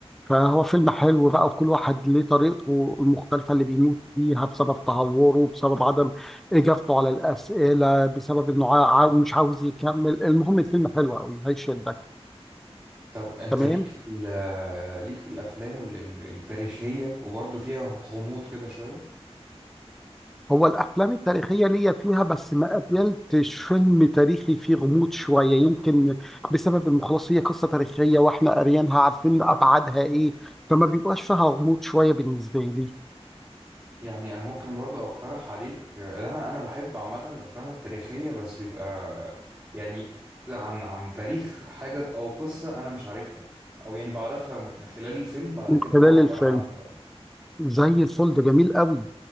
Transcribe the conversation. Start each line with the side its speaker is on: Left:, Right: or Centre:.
Centre: فهو فيلم حلو بقى وكل واحد ليه طريقته المختلفة اللي بيموت فيها بسبب تهوره بسبب عدم إجابته على الأسئلة بسبب إنه عا- عا- مش عاوز يكمل المهم الفيلم حلو قوي هيشدك
Right: طب انت
Centre: تمام
Right: ليك في ال- ليك في الافلام ال- ال- التاريخيه وبرضه فيها غموض كده شويه
Centre: هو الافلام التاريخيه ليا فيها بس ما قابلتش فيلم تاريخي فيه غموض شويه يمكن بسبب إن خلاص هي قصه تاريخيه واحنا قاريينها عارفين ابعادها ايه فما بيبقاش فيها غموض شويه بالنسبه لي
Right: يعني انا ممكن برضه اقترح عليك اللي انا انا بحب عامه الافلام التاريخيه بس بيبقى يعني عن عن تاريخ حاجه او قصه انا مش عارفها او يعني بعرفها من خلال الفيلم بعد
Centre: من
Right: كده
Centre: خلال
Right: اقعد اقرا
Centre: الفيلم
Right: عنها بقى
Centre: زي الفل ده جميل قوي